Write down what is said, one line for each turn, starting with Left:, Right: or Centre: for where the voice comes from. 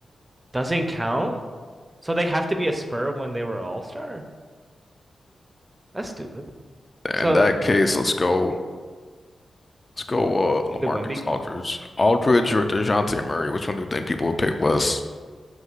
Right: doesn't count. So they have to be a Spur when they were All-Star? That's stupid. So
Left: In that case, let's go. Let's go.
Right: did
Left: Uh, LaMarcus
Right: did Wemby?
Left: Aldridge, Aldridge
Right: Yeah.
Left: or DeJounte Murray. Which one do you think people would pick less?